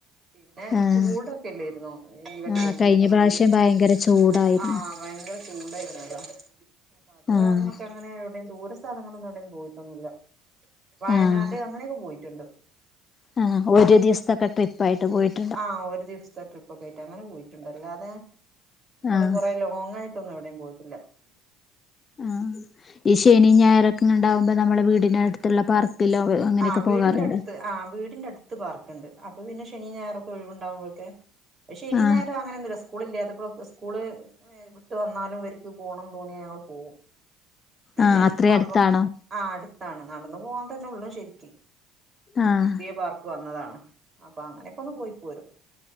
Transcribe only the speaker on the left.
ആഹ്
ആഹ് കഴിഞ്ഞ
പ്രാവശ്യം
ഭയങ്കര ചൂടായിരുന്നു
ആഹ്
ആഹ്
ആഹ് ഒരു ദിവസത്തൊക്കെ ട്രിപ്പായിട്ട് പോയിട്ട്
ആഹ്
ആഹ് ഈ ശനിം ഞായറൊക്കെ ഇണ്ടാവുമ്പോ നമ്മളെ വീടിന്റെ അടുത്തുള്ള പാർക്കിലോ അങ്ങനെയൊക്കെ
പോകാറുണ്ടോ
ആഹ്
ആഹ് അത്രയും
അടുത്താണോ
ആഹ്